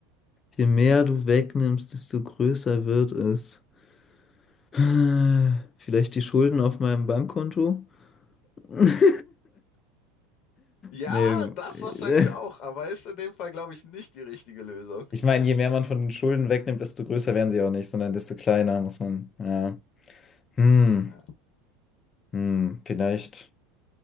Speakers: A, on the left; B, on the left.
A: Je mehr du wegnimmst, desto größer wird es. <sighs> Vielleicht die Schulden auf meinem Bankkonto? <laughs>
B: Ja,
A: Nee.
B: das
A: <laughs>
B: wahrscheinlich auch, aber ist in dem Fall, glaube ich, nicht die richtige Lösung.
A: Ich meine, je mehr man von den Schulden wegnimmt, desto größer werden sie auch nicht, sondern desto kleiner muss man. Ja. Hm.
B: Ja.
A: Hm. Vielleicht.